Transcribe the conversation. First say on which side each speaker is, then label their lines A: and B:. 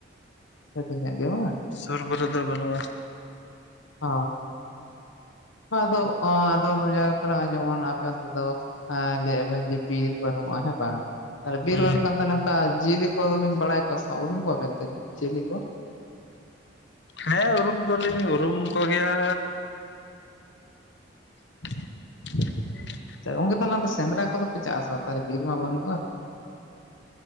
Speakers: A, on the left; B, on the left.
A: ᱥᱟᱸᱜᱤᱧ ᱧᱚᱜ ᱜᱮ ᱵᱟᱝ?
B: ᱥᱩᱨ ᱠᱚᱨᱮ ᱫᱚ ᱵᱟᱹᱱᱩᱜᱼᱟ
A: ᱚ᱾ ᱟᱫᱚ ᱟᱫᱚᱡ ᱟᱫᱚᱢ ᱡᱟᱭᱜᱟ ᱠᱚᱨᱮ ᱡᱮᱢᱚᱱ ᱟᱯᱮ ᱚᱱᱛᱮ ᱫᱚ ᱞᱟᱹᱭᱮᱜ ᱟᱵᱮᱱ ᱡᱮ ᱵᱤᱨ ᱵᱟᱹᱱᱩᱜᱼᱟ ᱦᱮᱸ ᱵᱟᱝ ᱾ ᱛᱟᱦᱚᱞᱮ ᱵᱤᱨ
B: ᱦᱮᱸ
A: ᱵᱟᱱᱩᱜ ᱠᱷᱟᱱ ᱫᱚ ᱱᱚᱝᱠᱟ ᱡᱤᱭᱟᱹᱞᱤ ᱠᱚᱫᱚ ᱵᱤᱱ ᱵᱟᱲᱟᱭ ᱠᱚᱣᱟ ᱥᱮ ᱵᱟᱝ ᱩᱨᱩᱢ ᱠᱚᱣᱟᱵᱮᱱ ᱛᱚ ᱡᱤᱭᱟᱹᱞᱤ ᱠᱚ?
B: ᱦᱮᱸ ᱩᱨᱩᱢ ᱫᱚ ᱞᱤᱧ ᱩᱨᱩᱢ ᱠᱚ ᱜᱮᱭᱟ᱾ <inaudible>
A: ᱟᱪᱪᱷᱟ ᱜᱚᱝᱠᱮ ᱛᱟᱦᱚᱞᱮ ᱥᱮᱸᱫᱽᱨᱟ ᱠᱚᱫᱚ ᱯᱮ ᱪᱟᱜ ᱟᱥᱮ ᱵᱟᱝ ᱛᱟᱦᱚᱞᱮ ᱵᱤᱨ ᱢᱟ ᱵᱟᱹᱱᱩᱜᱼᱟ?